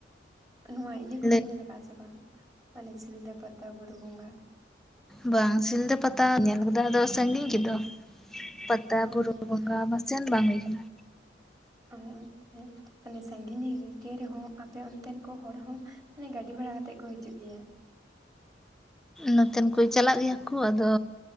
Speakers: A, on the right (about 20°); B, in the centre.
A: ᱱᱚᱣᱟ ᱤᱭᱟᱹ ᱠᱚᱵᱤᱧ
B: ᱞᱮ
A: ᱧᱮᱞ ᱟᱠᱟᱫᱼᱟ ᱥᱮ ᱵᱟᱝ ᱢᱟᱱᱮ ᱥᱤᱞᱫᱟᱹ ᱯᱟᱛᱟ ᱵᱩᱨᱩ ᱵᱚᱸᱜᱟ
B: ᱵᱟᱝ ᱥᱤᱞᱫᱟᱹ ᱯᱟᱛᱟ ᱧᱮᱞ ᱠᱚᱫᱚ ᱟᱫᱚ ᱥᱟᱺᱜᱤᱧ ᱜᱮᱫᱚ ᱯᱟᱛ ᱛᱟ
A: ᱦᱮᱸ
B: ᱵᱩᱨᱩ ᱵᱚᱸᱜᱟ ᱵᱟᱥᱮᱱ ᱵᱟᱝ ᱦᱩᱭ ᱠᱟᱱᱟ
A: ᱦᱳᱭ ᱦᱚ ᱢᱟᱱᱮ ᱥᱟᱺᱜᱤᱧ ᱜᱮ ᱨᱮᱦᱚᱸ ᱟᱯᱮ ᱚᱱᱛᱮᱱ ᱠᱚ ᱦᱚᱲ ᱦᱚᱸ ᱢᱟᱱᱮ ᱜᱟᱹᱰᱤ ᱵᱷᱟᱲᱟ ᱠᱟᱛᱮᱜ ᱠᱩ ᱦᱤᱡᱩᱜ ᱜᱮᱭᱟ
B: ᱱᱚᱛᱮᱱ ᱠᱩ ᱪᱟᱞᱟᱜ ᱜᱮᱭᱟ ᱠᱩ ᱟᱫᱚ